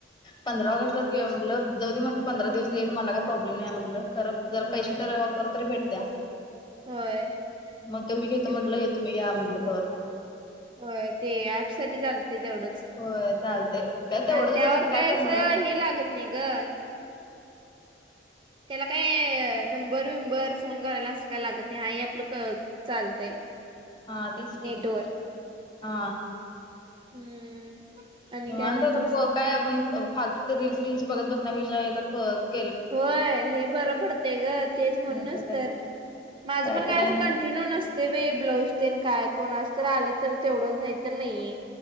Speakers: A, on the left; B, on the right.
A: पंधरा ऑगस्ट म्हटलं ज म्हट पंधरा दिवस लेट मला काही प्रॉब्लेम नाही म्हटलं जर
B: होय
A: पैसे तर ऑर भेट त्या
B: होय
A: मग तो मी घेतो
B: ते
A: म्हटलं
B: पण
A: येतो मी घ्या म्हटलं तवर का
B: होय ते ऍप साठी झाल ते तेवढंच
A: होय चालतंय काय तेवढंच
B: आणि त्यावर
A: बसून
B: काय
A: करणार
B: असं
A: आहे
B: हे लागत नाही ग त्याला काय नंबर विंबर फोन करायला असं काय लागत नाही हा आपलं चालतंय
A: हा तेच
B: नेटवर
A: क हा
B: हम्म आणि
A: माणत
B: काय म्हणतीस
A: काय आपण फ रीलल्स रीलल्स बघत बसण्यापेक्षा तर खत
B: होय हे बरं पडतंय ग तेच म्हणूनच
A: नाहीतर काय
B: तर माझं
A: कायतरी
B: पण काय
A: आणि
B: असं कं ंटिन्यू नसते बाई ब्लाऊज देन काय कोणाच तर आलं तर तेवढंच नाहीत नाही